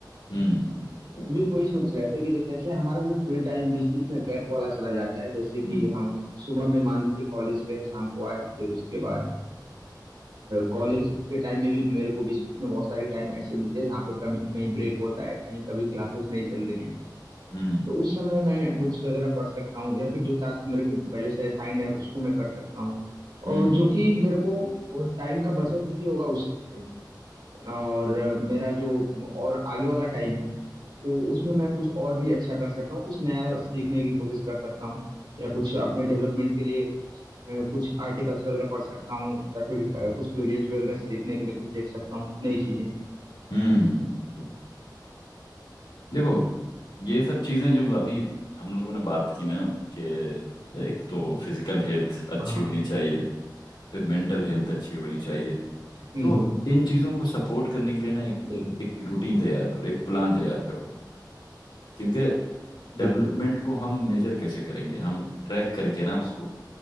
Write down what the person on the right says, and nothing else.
अभी वही सोच रहे थे कि जैसे हमारा जो फ्री टाइम बीच बीच में गैप वाला चला जाता है जैसे
कि हम सुबह में मान लीजिए कॉलेज गए शाम को आए फिर उसके बाद कॉलेज के टाइम में भी मेरे को बीच बीच में बहुत सारी टाइम ऐसे मिलते हैं जहाँ पे कभी कहीं ब्रेक होता है कहीं कभी क्लासेस नहीं चल रही हैं
तो उस समय मैं बुक्स वगैरह पढ़ सकता हूँ या फिर जो टास्क मेरे को पहले से असाइंड है उसको मैं कर सकता हूँ
और जो कि मेरे को टाइम का बचत भी होगा उससे और अ, मेरा जो और आगे वाला टाइम है तो उसमें मैं कुछ और भी अच्छा कर सकता हूँ कुछ नया सीखने की कोशिश कर सकता हूँ या कुछ अपने डेवलपमेंट के लिए अ, कुछ आर्टिकल्स वगैरह पढ़ सकता हूँ या फिर अ, कुछ वीडियोज वगैरह सीखने के लिए कुछ देख सकता हूँ नई चीजें
हाँ हाँ
हम्म
हम्म,
बिल्कुल
बिल्कुल